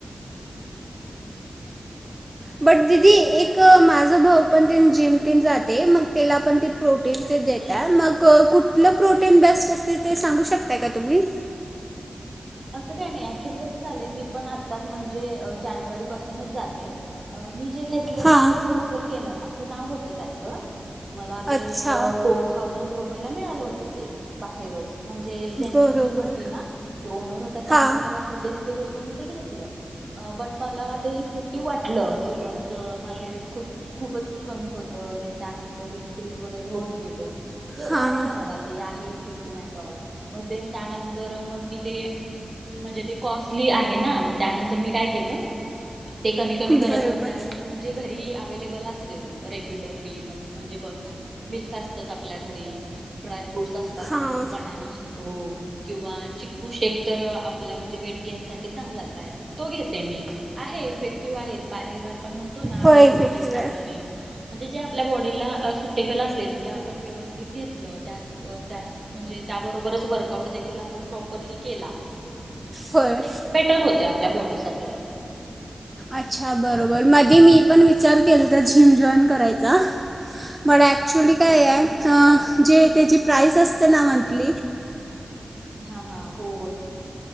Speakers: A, on the right; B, on the right.
A: बट दिदी एक माज भाऊ पण तेन जिम तेन जाते मग तेला पण ते प्रोटीन ते देत्यात मग क कुठलं प्रोटीन बेस्ट असते ते सांगू शकताय काय तुमी?
B: असं काय नई ऍक्च्युली कस झालंय मी पण आत्ताच म्हणजे जानेवारी पासूनच जाते अ मी जे घेतलेलं
A: हां
B: ते मसल घेणार. असं नाव होतं त्याचं मला ते
A: अच्छा
B: फोर थाउजंड पयला मिळालं होत ते बाहेरच म्हणजे ज्यांची
A: बरोबर
B: जीम होती ना. ओनर होता त्यांनी
A: हां
B: मला सजेस केलं सो मी ते घेतलं अ बट मला ते इफेक्टिव्ह वाटलं बिकॉज माझ वेट खू खूपच कमी होतं. देन त्यानंतर इनक्रीज वगैरे होत गेलं. ते
A: हां
B: वाटलं मला ते आहे इ फेक्टिव्ह अँड ऑल मग देन त्यानंतर मग मी ते उम म्हणजे ते कॉस्टली आहे ना, मग त्यानंतर मी काय केलं ते कमी कमी करत
A: बरोबर
B: मग त्यानंतर म जे घरी अव्हेलेबल असेल रेग्युलरली म्ह म्हणजे बघ ना मिल्क असतंच आपल्या घरी, ड्रायफ्रुटस् असतातच,
A: हां
B: बनाना असतो किंवा चिक कुश एक तर आपल्या म्हणजे वेट गेन साठी चांगलाच हाय मग तो घेते मी आहे इफेक्टिव्ह आहेत बाहेर आ आपण म्हणतो ना
A: होय
B: हे
A: इफेक्टिव्ह
B: प्रोटीन चांगलं
A: आहे
B: नई ये म्हणजे जे आपल्या बॉडीला अस सूटेबल असेल ते आपण व्यवस्थित घेतलं त्याच अ त्याच म्हणजे त्याबरोबरच वर्कआउट देखील आपण प्रॉ परली केला.
A: होय
B: तर ते बेटर होतय आ पल्या बॉडीसाठी
A: अच्छा, बरोबर. मदी मी पण विचार केलता जिम जॉईन करायचा. बट ॲक्च्युली
B: ओके
A: काय आय
B: मग
A: ह जे तेजी प्राईस असते ना मंथली
B: हा हा हो